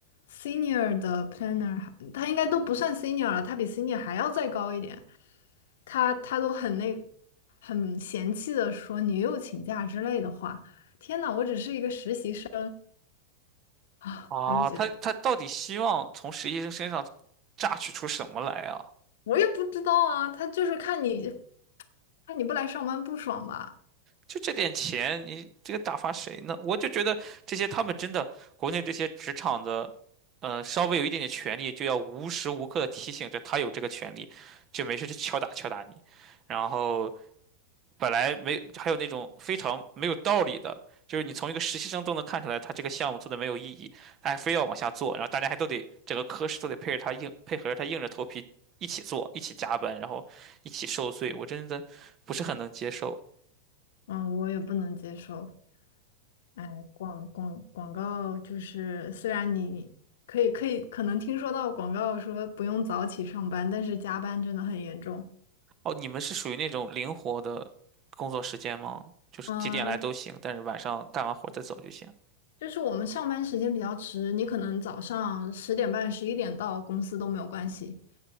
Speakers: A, on the left; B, on the right.
A: senior 的 planner，还他应该都不算 senior 了，他比 senior 还要再高一点。他他都很那很嫌弃的说你又请假之类的话。天呐，我只是一个实习生啊，
B: 啊，
A: 我就觉得
B: 他他到底希望从实习生身上榨取出什么来啊？
A: 我也不知道啊，他就是看你看你不来上班不爽吧，
B: 就这点钱，你这个打发谁呢？我就觉得这些他们真的，国内这些职场的，呃，稍微有一点点权利，就要无时无刻的提醒着他有这个权利，就没事就敲打敲打你。然后本来没，还有那种非常没有道理的，就是你从一个实习生都能看出来他这个项目做的没有意义，他还非要往下做，然后大家还都得整个科室都得配着他硬配合着他硬着头皮一起做，一起加班，然后一起受罪，我真的不是很能接受。
A: 嗯，我也不能接受。哎，广广广告就是，虽然你可以可以可能听说到广告说不用早起上班，但是加班真的很严重。
B: 哦，你们是属于那种灵活的工作时间吗？就是几点来都行，
A: 嗯，
B: 但是晚上干完活儿再走就行。
A: 就是我们上班时间比较迟，你可能早上十点半、十一点到公司都没有关系，